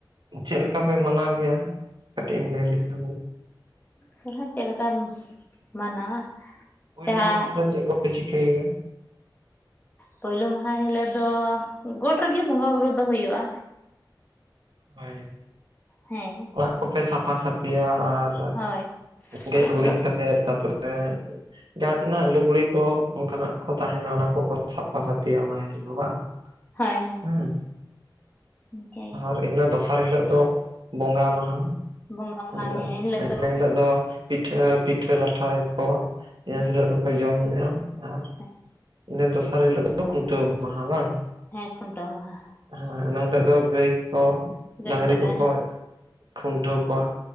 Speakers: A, on the right (about 70°); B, on the left (about 25°).
A: ᱪᱮᱫ ᱞᱮᱠᱟ ᱯᱮ ᱢᱟᱱᱟᱣ ᱜᱮᱭᱟ ᱠᱟᱹᱴᱤᱡ ᱮᱢ ᱞᱟᱹᱭ ᱞᱮᱠᱷᱟᱱ ᱜᱮ
B: ᱥᱚᱨᱦᱟᱭ ᱪᱮᱫ ᱞᱮᱠᱟᱢ ᱢᱟᱱᱟᱣᱟ
A: ᱯᱩᱭᱞᱳ
B: ᱡᱟᱦᱟᱸ
A: ᱢᱟᱦᱟ ᱫᱚ ᱪᱮᱫ ᱠᱚᱯᱮ ᱪᱤᱠᱟᱹᱭᱮᱭᱟ
B: ᱯᱳᱭᱞᱳ ᱢᱟᱦᱟ ᱦᱤᱞᱳᱜ ᱫᱚ ᱜᱚᱴ ᱨᱮᱜᱮ ᱵᱚᱸᱜᱟ ᱵᱩᱨᱩ ᱫᱚ ᱦᱩᱭᱩᱜᱼᱟ
A: ᱦᱳᱭ
B: ᱦᱮᱸ
A: ᱚᱲᱟᱜ ᱠᱚᱯᱮ ᱥᱟᱯᱷᱟ ᱥᱟᱟᱹᱯᱷᱤᱭᱟ ᱟᱨ
B: ᱦᱳᱭ
A: ᱜᱮᱡ
B: ᱚᱲᱟᱜ
A: ᱜᱩᱨᱤᱡ
B: ᱠᱚᱫᱚ
A: ᱠᱟᱛᱮ ᱛᱟᱯᱚᱨᱮ ᱡᱟᱦᱟᱸ ᱛᱤᱱᱟᱹᱜ ᱞᱩᱜᱽᱲᱤ ᱠᱚ ᱚᱱᱠᱟᱱᱟᱜ ᱠᱚ ᱛᱟᱦᱮᱱᱟ ᱚᱱᱟ ᱠᱚ ᱥᱟᱯᱷᱟ ᱥᱟᱟᱹᱯᱤᱭᱟ ᱚᱱᱟ ᱦᱤᱞᱳᱜ ᱫᱚ ᱵᱟᱝ
B: ᱦᱳᱭ ᱦᱳᱭ
A: ᱦᱩᱸᱮᱸ
B: ᱚᱱᱠᱮ
A: ᱟᱨ ᱤᱱᱟᱹ ᱫᱚᱥᱟᱨ ᱦᱤᱞᱳᱜ ᱫᱚ ᱵᱚᱸᱜᱟ ᱢᱟᱦᱟ
B: ᱵᱚᱸᱜᱟ ᱢᱟᱦᱟ
A: ᱟᱫᱚ
B: ᱦᱮᱸ ᱮᱱᱦᱤᱞᱳᱜ
A: ᱤᱱᱟᱹ ᱦᱤᱞᱳᱜ ᱫᱚ ᱯᱤᱴᱷᱟᱹ ᱯᱤᱴᱷᱟᱹ ᱞᱟᱴᱷᱟᱭᱟᱠᱚ ᱤᱱᱟᱹ
B: ᱦᱮᱸ
A: ᱦᱤᱞᱟᱹᱜᱜ ᱫᱚᱠᱚ ᱡᱚᱢ ᱧᱩᱭᱟ ᱟᱨ
B: ᱦᱮᱸ
A: ᱤᱱᱟᱹ ᱫᱚᱥᱟᱨ ᱦᱤᱞᱳᱜ ᱫᱚ ᱠᱷᱩᱱᱴᱟᱹᱣ ᱢᱟᱦᱟ ᱵᱟᱝ
B: ᱦᱮᱸ ᱠᱷᱩᱱᱴᱟᱹᱣ ᱢᱟᱦᱟ
A: ᱦᱮᱸ ᱱᱤᱞᱳᱜ ᱫᱚ ᱜᱟᱹᱭ
B: ᱜᱟᱹᱭ
A: ᱰᱟᱝᱨᱤ
B: ᱠᱟᱰᱟ
A: ᱠᱚᱠᱚ ᱠᱷᱩᱱᱴᱟᱹᱣ ᱠᱚᱣᱟ